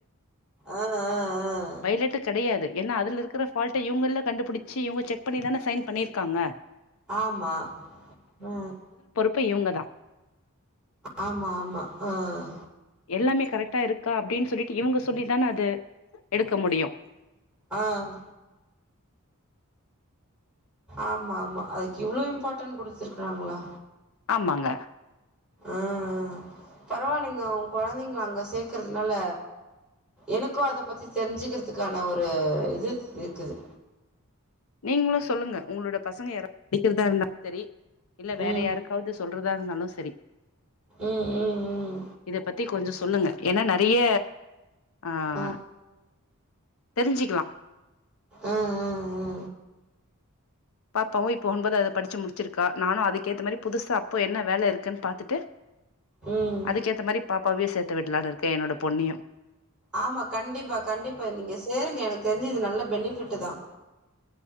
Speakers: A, in the centre; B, on the left.
A: ஆஹ் ஆஹ்ஹ்
B: பைலட்டு கெடையாது ஏன்னா அதுல இருக்கிற ஃபால்ட்டை இவங்கல்ல கண்டுபிடிச்சி இவங்க செக் பண்ணிதானே சைன் பண்ணியிருக்காங்க
A: ஆமா ஆஹ்
B: ப்பவுங்க தான்
A: ஆமா ஆமா ஆஹ்
B: எல்லாமே கரெக்டா இருக்கா அப்படின்னு சொல்லிட்டு இவங்க சொல்லிதானே அது எடுக்க முடியும்
A: ஆஹ் ஆமா ஆமா அதுக்கு இவ்ளவு இம்பார்ட்டன் குடுத்து இருக்காங்களா
B: ஆமாங்க
A: ஆஹ் பரவாயில்லைங்க உங்க கொழந்தைங்கள அங்க சேக்கறதுனால எனக்கும் அத பத்தி தெரிஞ்சுக்கிறதுக்கான ஒரு இது இருக்குது
B: நீங்களும் சொல்லுங்க உங்களோட பசங்க யாராவது படிக்கிறதா இருந்தாலும் சரி இல்ல வேற
A: ம்
B: யாருக்காவது சொல்றதா இருந்தாலும் சரி
A: ம் ம் ம்
B: இத பத்தி கொஞ்சம் சொல்லுங்க ஏன்னா நிறைய ஆஹ்
A: ஆ
B: தெரிஞ்சிக்கலாம்
A: ஆ ஆ ஆ
B: பாப்பாவும் இப்ப ஒன்பதாவது படிச்சு முடிச்சிருக்கா நானும் அதுக்கேத்த மாரி புதுசா அப்போ என்ன வேல இருக்குன்னு பாத்துட்டு
A: ம்
B: அதுக்கேத்த மாரிப் பாப்பாவேயே சேத்து வீடலான் இருக்கேன் என்னோட பொண்ணேயும்
A: ஆமா கண்டிப்பா கண்டிப்பா நீங்க சேருங்க எனக்கு தெரிஞ்சி இது நல்ல பெனிஃபிட்டு் தான்